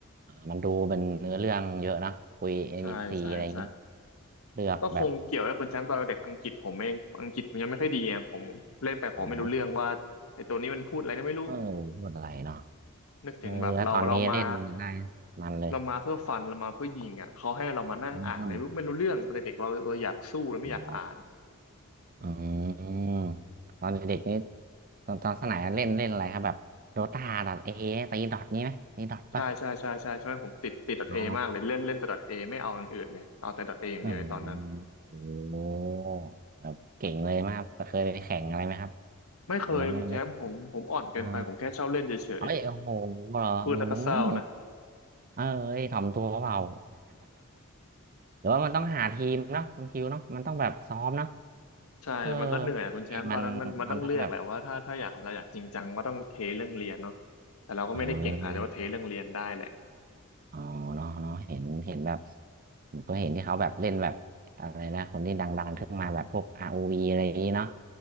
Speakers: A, on the right; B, on the left.
A: มันดูเป็นเนื้อเรื่องเยอะนะคุยเอ็นพีซีอะไรอย่างนี้
B: ใช่ใช่ใช่
A: เลือกแบบ
B: ก็คงเกี่ยวกับคุณแชมป์ตอนเด็กอังกฤษผมเองอังกฤษผมยังไม่ค่อยดีอ่ะผมเล่นไปผมไม่รู้เรื่องว่าไอ้ตัวนี้มันพูดอะไรก็ไม่รู้
A: อ๋อเออพูดอะไรเนาะ
B: นึกถึงแบบเราเรามา
A: เออแล้วตอนนี้เล่นอะไรมันเลย
B: เรามาเพื่อฟันเรามาเพื่อยิงอ่ะเขาให้เรามานั่งอ่านในรู้ไม่รู้เรื่องตอนเด็กๆเราเราอยากสู้เราไม่อยากอ่าน
A: อืมอ๋ออืมตอนเด็กๆนี่ตอนตอนสมัยเล่นเล่นอะไรครับแบบโดตาดอทเอตีดอทนี้ไหมตีดอทปะ
B: ใช่ใช่ใช่ใช่ใช่ผมติดติดดอทเอมากเลยเล่นเล่นแต่ดอทเอไม่เอาอย่างอื่นเลยเอาแต่ดอทเออย่างเดียวในตอนนั้น
A: อ๋อโอโหโอ้โหแบบเก่งเลยไหมครับเคยไปแข่งอะไรไหมครับ
B: ไม่เคยคุณแชมป์ผมผมอ่อนเกินไปผมแค่ชอบเล่นเฉย
A: หรือว่าไม่ไม่อ่าเฮ้ยโอ้โหเหรออืม
B: ๆพูดแล้วก็เศร้านะ
A: เอ้ยถ่อมตัวเปล่า <laughs> หรือว่ามันต้องหาทีมเนาะคุณคิวเนาะมันต้องแบบซ้อมเนาะ
B: <laughs> ใช่มันก็เหนื่อยคุณแชมป์ตอนนั้นมันมันต้องเลือกแหละว่าถ้าถ้าอยากเราอยากจริงจังก็ต้องเทเรื่องเรียนเนาะ
A: เออเกมมันมันต้องแบบ
B: แต่เราก็ไม่ได้เก่งขนาดที่ว่าเทเรื่องเรียนได้แหละ
A: เอออ๋อเนาะเนาะเห็นเห็นแบบผมก็เห็นที่เขาแบบเล่นแบบอะไรนะคนที่ดังๆขึ้นมาแบบพวก r วีอะไรอย่างนี้เนาะ